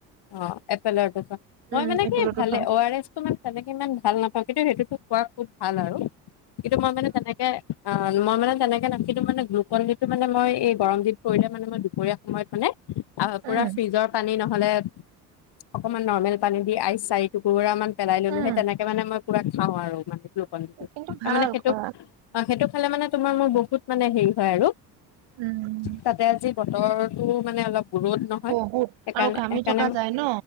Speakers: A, on the left; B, on the right.
A: অ, এপোলৰটো যে। মই
B: উম
A: মানে
B: এপোলৰটো
A: কি, ভালে,
B: খাওঁ
A: অ' আৰ এছটো তেনেকে ইমান ভাল নাপাওঁ। <unintelligible> খোৱা খুব ভাল আৰু। কিন্তু মই মানে তেনেকে অ, মই মানে তেনেকে <unintelligible> গ্লুকন - ডিটো মানে এই গৰম দিন পৰিলে মানে দুপৰীয়া সময়ত মানে, আৰু <unintelligible>
B: উম
A: ফ্ৰীজৰ পানী ন মানে, অকণমান নৰ্মেল পানী দি, আইচ চাৰি টুকুৰা মান পেলাই ললোঁ
B: উম
A: হে তেনেকে মানে মই <inaudible> গ্লুকন - ডিটো,
B: কিন্তু
A: তাৰমানে
B: ভাল
A: সেইটো,
B: খোৱা
A: সেইটো খালে মানে <unintelligible> বহুত মানে হেই হয় আৰু।
B: উম,
A: তাতে আজি বত বৰষুণও মানে অলপ ৰ'দ নহয়,
B: বহুত
A: সেইকাৰণে,
B: আৰু ঘামি
A: সেইকাৰণে
B: থকা
A: মানে,
B: যায় ন?